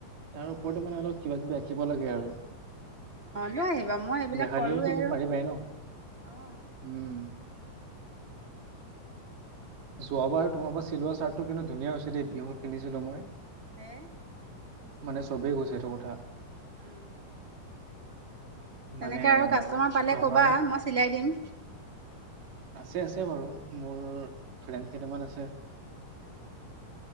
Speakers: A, on the right; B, on the right.
A: তাৰ ওপৰতে মানে, অলপ কিবা কিবি আঁকিব লাগে আৰু
B: অ', লৈ আহিবা মই এইবিলাক
A: দেখাই
B: কৰোঁৱেই
A: দিলে, তুমি
B: আৰু
A: পাৰিবাই ন
B: অ',
A: উম যোৱাবাৰ তোমাৰ পৰা চিলোৱা চাৰৰ্টটো কিন্তু ধুনীয়া হৈছে, দেই বিহুত পিন্ধিছিলো মই
B: হে
A: মানে চবেই কৈছে সেইটো কথা
B: উম, তেনেকে
A: মানে
B: আৰু কাষ্টমাৰ পালে
A: ৰঙাৰ
B: ক'বা, মই চিলাই দিম
A: আছে, আছে, বাৰু, মোৰ ফ্ৰেণ্ড কেইটামান আছে
B: উম,